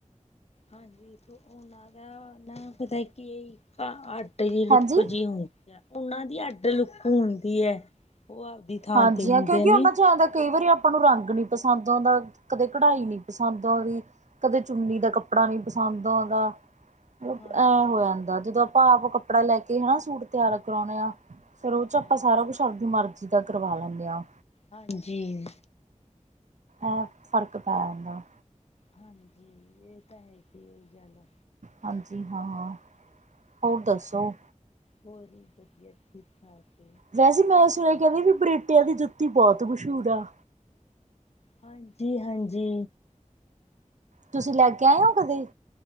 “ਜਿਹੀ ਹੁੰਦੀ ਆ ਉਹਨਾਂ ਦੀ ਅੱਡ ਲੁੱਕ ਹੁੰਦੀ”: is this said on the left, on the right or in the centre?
Left